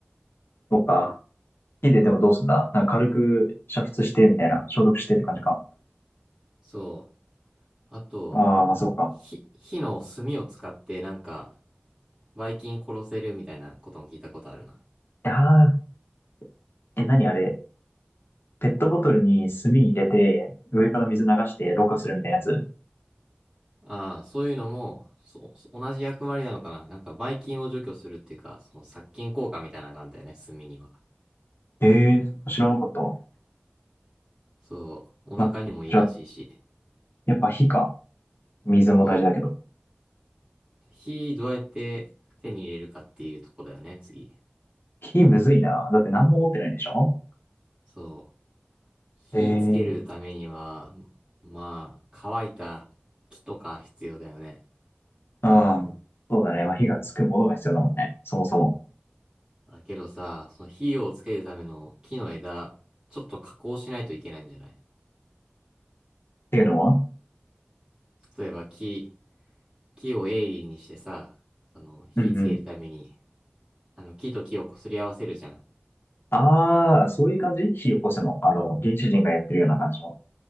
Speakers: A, on the left (about 70°); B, on the right (about 25°).
A: そっか。火ででもどうすんだなんか軽く煮沸してみたいな。消毒してって感じか。
B: そう。あと、
A: ああ、まあそうか。
B: 火、火の炭を使って、なんか、ばい菌殺せるみたいなことも聞いたことあるな。
A: いやー、え、何あれ。ペットボトルに炭入れて、上から水流してろ過するみたいなやつ。
B: ああ、そういうのも、そう、同じ役割なのかな。なんか、ばい菌を除去するっていうか、その殺菌効果みたいなのがあるんだよね、炭には。
A: ええー、知らなかった。
B: そう、お腹にもいいらしいし。
A: まじゃあ、やっぱ火か。水も大事だけど。
B: そう。火どうやって手に入れるかっていうとこだよね、次。
A: 火むずいな。だって何も持ってないんでしょ
B: そう。火つけるためには、
A: ええー、
B: まあ、乾いた木とか必要だよね。
A: うん。そうだね。まあ、火がつくものが必要だもんね。そもそも。っ
B: だけどさ、その火をつけるための木の枝、ちょっと加工しないといけないんじゃない
A: ていうのは
B: 例えば木、木を鋭利にしてさ、その火つけるために、
A: うんうん。
B: あの木と木を擦り合わせるじゃん。
A: ああそういう感じ火起こすの。あの、原始人がやってるような感じの。